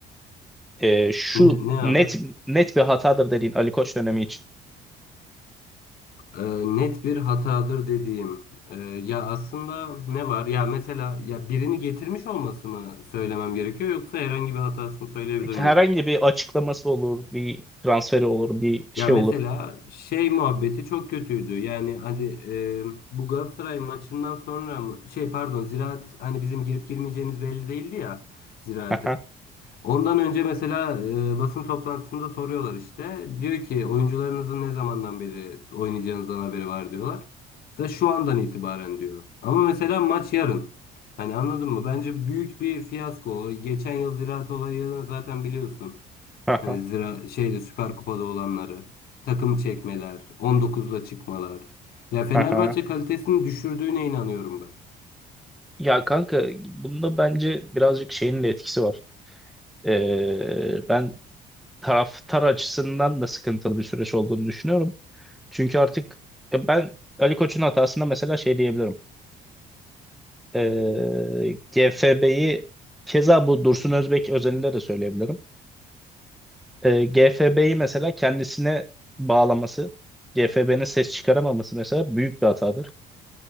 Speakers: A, in the centre; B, on the left.
A: Ee, şu
B: ne, ne
A: net
B: abi?
A: net bir hatadır dediğin Ali Koç dönemi için.
B: e, net bir hatadır dediğim. E, ya aslında ne var? Ya mesela ya birini getirmiş olması mı söylemem gerekiyor yoksa herhangi bir hatasını söyleyebilir
A: Herhangi
B: miyim?
A: bir açıklaması olur, bir transferi olur, bir şey
B: Ya mesela
A: olur.
B: şey muhabbeti çok kötüydü. Yani hani e, bu Galatasaray maçından sonra mı- şey pardon Ziraat hani bizim girip girmeyeceğimiz belli değildi ya Ziraat'e.
A: Aha,
B: Ondan önce mesela e, basın toplantısında soruyorlar işte. Diyor ki oyuncularınızın ne zamandan beri oynayacağınızdan haberi var diyorlar. Mesela şu andan itibaren diyor. Ama mesela maç yarın. Hani anladın mı? Bence büyük bir fiyasko. o. Geçen yıl Ziraat olayını zaten biliyorsun.
A: aha,
B: Hani zira şeyde Süper Kupa'da olanları, takım çekmeler, 19'la çıkmalar. Ya Fenerbahçe
A: aha.
B: kalitesini düşürdüğüne inanıyorum ben.
A: Ya kanka bunda bence birazcık şeyin de etkisi var. Ee, ben taraftar açısından da sıkıntılı bir süreç olduğunu düşünüyorum. Çünkü artık e, ben Ali Koç'un hatasında mesela şey diyebilirim. Ee, GFB'yi keza bu Dursun Özbek özelinde de söyleyebilirim. Ee, GFB'yi mesela kendisine bağlaması, GFB'nin ses çıkaramaması mesela büyük bir hatadır.